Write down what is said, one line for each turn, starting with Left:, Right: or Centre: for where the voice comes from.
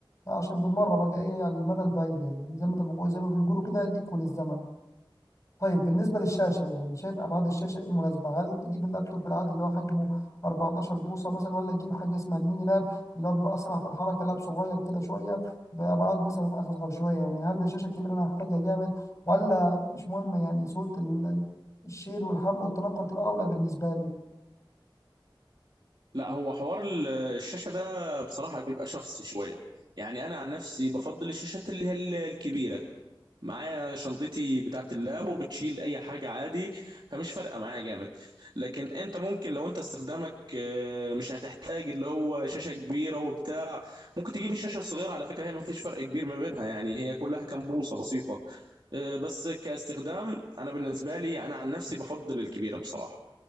Left: عشان بالمره بقى ايه على المدى البعيد يعني زي ما انت بقول- زي ما بيقولوا كده ليك وللزمن طيب بالنسبه للشاشه يعني شايف ابعاد الشاشه ايه المناسبه هل اجيب اللابتوب العادي اللي هو حجمه 14 بوصه مثلا ولا اجيب حاجه اسمها الميني لاب اللي هو بيبقى اسرع في الحركه لاب صغير كده شويه بابعاد مثلا اصغر شويه يعني هل الشاشه الكبيره انا هحتاجها جامد ولا مش مهم يعني سهوله ال- الشيل والحمل والتنقل تبقى اولى بالنسبه لي
Right: لا هو حوار ال- الشاشه ده بصراحه بيبقى شخصي شويه يعني انا عن نفسي بفضل الشاشات اللي هي ال- الكبيره معايا شنطتي بتاعة اللاب وبتشيل اي حاجة عادي فمش فارقة معايا جامد لكن انت ممكن لو انت استخدامك آه، مش هتحتاج اللي هو شاشة كبيرة وبتاع ممكن تجيب الشاشة الصغيرة على فكرة هي ما فيش فرق كبير ما بينها يعني هي كلها كام بوصة بسيطة آه، بس كاستخدام انا بالنسبة لي انا عن نفسي بفضل الكبيرة بصراحة